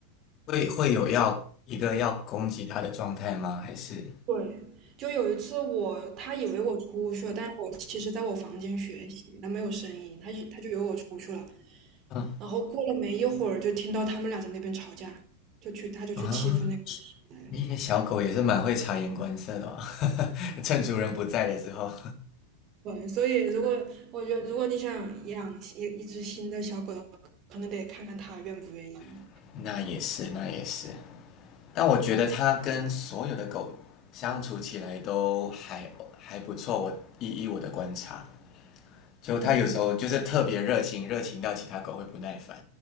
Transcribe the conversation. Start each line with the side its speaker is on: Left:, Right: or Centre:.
Left: 会会有要一个要攻击它的状态吗？还是
Right: 对，就有一次我，他以为我出去了，但是我其实在我房间学习，他没有声音，他就他就以为我出去了。
Left: 嗯
Right: 然后过了没一会儿，就听到他们俩在那边吵架，就去他就去欺负那个新的
Left: 啊，那个小狗也是蛮会察言观色的哦，<laughs> 趁主人不在的时候。
Right: 对对，所以如果我觉得如果你想养一一只新的小狗的话，可能得看看它愿不愿意。
Left: <laughs> 那也是，那也是。但我觉得它跟所有的狗相处起来都还还不错。我依依我的观察，就它有时候就是特别热情，
Right: 嗯
Left: 热情到其他狗会不耐烦，